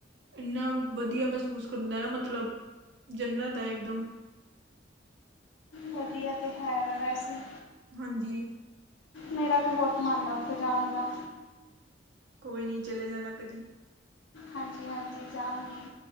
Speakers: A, on the right; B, on the left.
A: ਇੰਨਾ ਵਧੀਆ ਮਹਿਸੂਸ ਹੁੰਦਾ ਨਾ, ਮਤਲਬ ਜੰਨਤ ਹੈ ਇਕਦਮ।
B: ਵਧੀਆ ਤੇ ਹੈ, ਵੈਸੇ।
A: ਹਾਂਜੀ,
B: ਮੇਰਾ ਵੀ ਬਹੁਤ ਮਨ ਆ ਉੱਥੇ ਜਾਣ ਦਾ।
A: ਕੋਈ ਨੀ ਚਲੇ ਜਾਣਾ ਕਦੀ।
B: ਹਾਂਜੀ -ਹਾਂਜੀ ਜਾਊਂਗੀ।